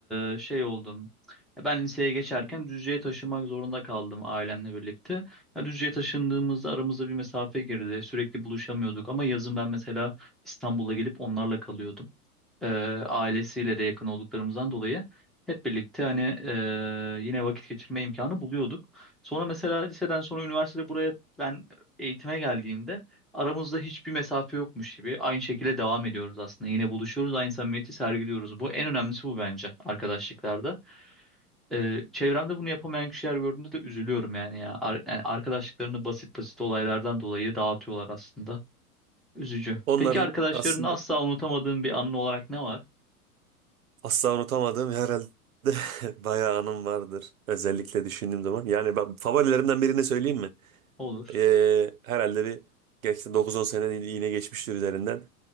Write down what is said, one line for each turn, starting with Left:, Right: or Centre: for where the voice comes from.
Centre: eee, şey oldu ya Ben liseye geçerken Düzce'ye taşınmak zorunda kaldım ailemle birlikte. Ya Düzce'ye taşındığımızda aramızda bir mesafe girdi. Sürekli buluşamıyorduk ama yazın ben mesela İstanbul'a gelip onlarla kalıyordum. Ee, ailesiyle de yakın olduklarımızdan dolayı hep birlikte hani e, yine vakit geçirme imkanı buluyorduk. Sonra mesela liseden sonra üniversitede buraya ben eğitime geldiğimde aramızda hiçbir mesafe yokmuş gibi aynı şekilde devam ediyoruz aslında. Yine buluşuyoruz, aynı samimiyeti sergiliyoruz. Bu en önemlisi bu bence arkadaşlıklarda. Ee, çevremde bunu yapamayan kişiler gördüğümde de üzülüyorum yani ya. Ar- yani arkadaşlıklarını basit basit olaylardan dolayı dağıtıyorlar aslında. Üzücü.
Right: Onların
Centre: Peki arkadaşlarını
Right: aslında
Centre: asla unutamadığın bir anın olarak ne var?
Right: asla unutamadığım herhalde <laughs> bayağı anım vardır. Özellikle düşündüğüm zaman. Yani ben favorilerimden birini söyleyeyim mi?
Centre: Olur.
Right: Ee, herhalde bir geçti dokuz on sene yine geçmiştir üzerinden.